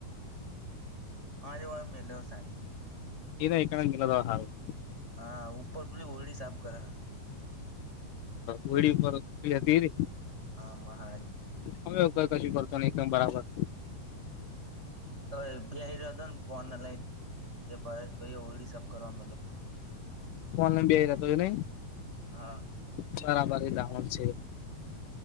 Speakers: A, on the right (about 20°); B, on the left (about 75°).
A: હમ હજ વા મેલે હો સાહેબ
B: એના એ કણંગ ગલા દવા હાું
A: હા ઉપર પલી ઓલડી સાફ કર
B: વડી પર હતી ર
A: હા મહારાજજીની
B: હમે એવું કઈ કશું કરતો ન એકદમ બરાબર
A: હવે બ રહ્યો હતો ને પોન લઈન તે ભાઈ ઓળ સબ કરવાર
B: ફોન બ બે જતો ન
A: હા
B: બરાબર લહણ છે